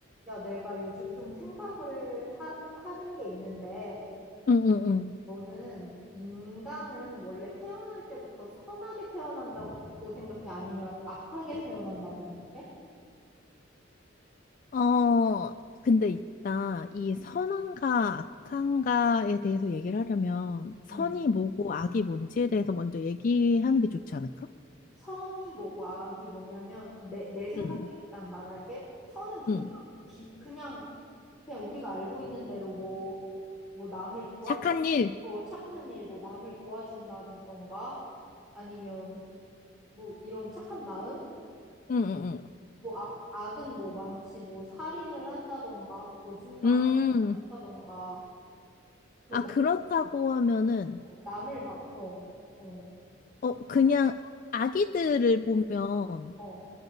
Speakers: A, in the centre; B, on the left.
A: 야, 내가 요즘 좀 생각을 하, 하는 게 있는데,
B: 응응응.
A: 너는 인간은 원래 태어날 때부터 선하게 태어난다고 생각해? 아니면 악하게 태어난다고 생각해?
B: 어, 근데 이- 나, 이 선한가 악한가에 대해서 얘기를 하려면, 선이
A: 음,
B: 뭐고 악이 뭔지에 대해서 먼저 얘기하는 게 좋지 않을까?
A: 선이 뭐고 악이 뭐냐면, 내, 내 생각에
B: 응,
A: 일단 말할게. 선은 그냥,
B: 응.
A: 기- 그냥, 그냥 우리가 알고 있는 대로 뭐, 뭐 남을 도와주,
B: 착한 일!
A: 어, 착한 일, 뭐 남을 도와준다던가, 아니면 뭐 이런 착한 마음?
B: 응, 응,
A: 뭐 악, 악은 뭐 많지, 뭐 살인을 한다던가, 거짓말을
B: 응. 음,
A: 한다던가, 그
B: 아,
A: 나,
B: 그렇다고 하면은,
A: 어, 남을 막, 어, 어,
B: 어,
A: 그,
B: 그냥 아기들을 보면,
A: 어,